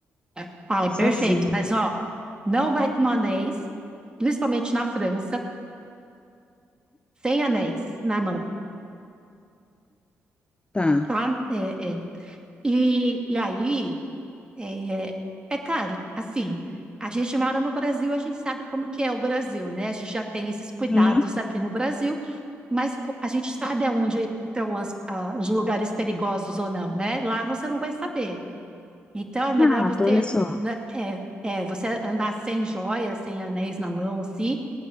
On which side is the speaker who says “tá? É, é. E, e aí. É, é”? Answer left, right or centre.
Right